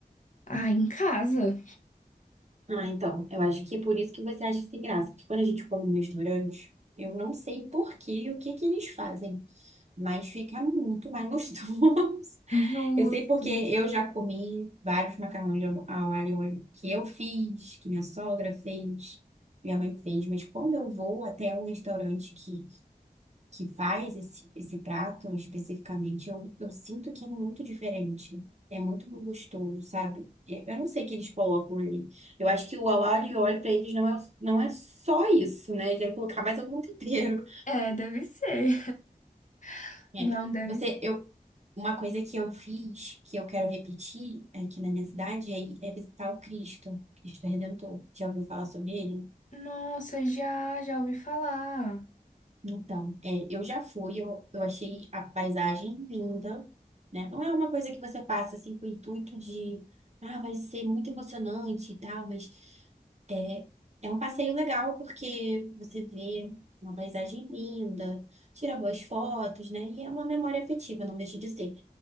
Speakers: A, on the left (about 55°); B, on the right (about 45°).
A: Ah, em casa?
B: Ah, então, eu acho que é por isso que você acha sem graça. Porque quando a gente come no restaurante, eu não sei por quê e o que que eles fazem, mas fica muito mais <laughs> gostoso.
A: Justo.
B: Eu sei porque eu já comi vários macarrões de ao ao alho e óleo que eu fiz, que minha sogra fez, minha mãe fez, mas quando eu vou até um restaurante que que faz esse, esse prato especificamente, eu, eu sinto que é muito diferente. É muito gostoso, sabe? eu Eu não sei o que eles colocam ali. Eu acho que o au alho e óleo para eles não é, não é só isso, né? Deve colocar mais algum tempero.
A: É, deve ser. <laughs>
B: É,
A: Não, deve
B: Você,
A: ser.
B: eu, uma coisa que eu fiz, que eu quero repetir aqui na minha cidade, é, é visitar o Cristo, Cristo Redentor. Já ouviu falar sobre ele?
A: Nossa, já, já ouvi falar.
B: Então, é, eu já fui, eu, eu achei a paisagem linda, né? Não é uma coisa que você passa assim com o intuito de, ah, vai ser muito emocionante e tal, mas é, é um passeio legal porque você vê uma paisagem linda, tira boas fotos, né? E é uma memória afetiva, não deixa de ser.